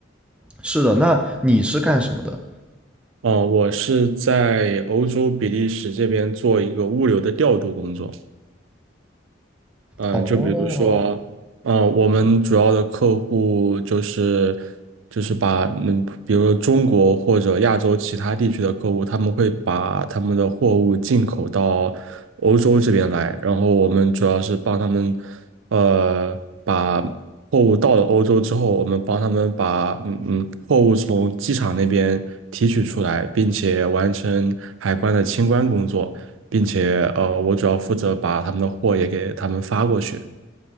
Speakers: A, in the centre; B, on the right (about 80°).
A: 是的，那你是干什么的？
B: 哦，我是在欧洲比利时这边做一个物流的调度工作。嗯，
A: 哦，
B: 呃就比如说，嗯，我们主要的客户就是就是把嗯，比如说中国或者亚洲其他地区的客户，他们会把他们的货物进口到欧洲这边来，然后我们主要是帮他们，呃，把货物到了欧洲之后，我们帮他们把嗯嗯货物从机场那边提取出来，并且完成海关的清关工作。并且呃，我主要负责把他们的货也给他们发过去。